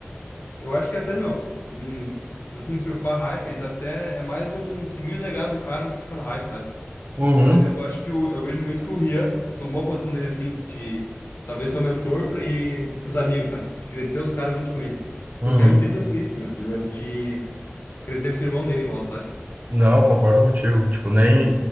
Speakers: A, on the left; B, on the right.
A: Eu acho que até, meu, hum, assim, surfar hype, eles até é mais um seguir o legado do cara do que surfar no hype, sabe?
B: Uhum,
A: Por exemplo, eu acho que o, eu vejo muito que o Rian tomou a posição dele assim de talvez ser o mentor para ir pros amigos, sabe? De crescer os caras junto com ele. Porque
B: uhum.
A: o Kevin sempre levou isso, meu, de, le- de crescer com os irmãos dele em volta, sabe?
B: Não, eu concordo contigo. Tipo, nem.